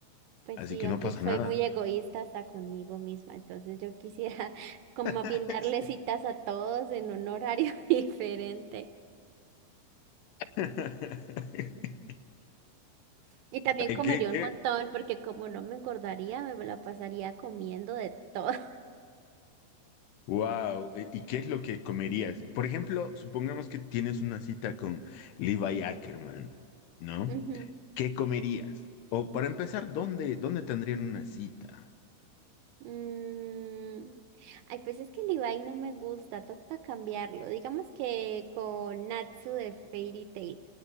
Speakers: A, on the right (about 75°); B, on the left (about 80°).
A: Pues
B: así
A: sí,
B: que
A: aunque
B: no pasa
A: soy
B: nada.
A: muy egoísta hasta conmigo misma, entonces yo quisiera <laughs> como
B: <laughs>
A: más bien darle
B: Sí.
A: citas a todos en un horario <laughs> diferente.
B: <laughs>
A: Y también
B: Ay,
A: comería
B: ¿Qué, qué?
A: un montón, porque como no me engordaría, me la pasaría comiendo de todo. <laughs>
B: Wow, ¿y qué es lo que comerías? Por ejemplo, supongamos que tienes una cita con Levi Ackerman, ¿no?
A: Ujú.
B: ¿Qué comerías? O para empezar, ¿dónde, dónde tendrían una cita?
A: Mm, Ay, pues es que el Ibai no me gusta, toca cambiarlo. Digamos que con Natsu de Fairy Tail.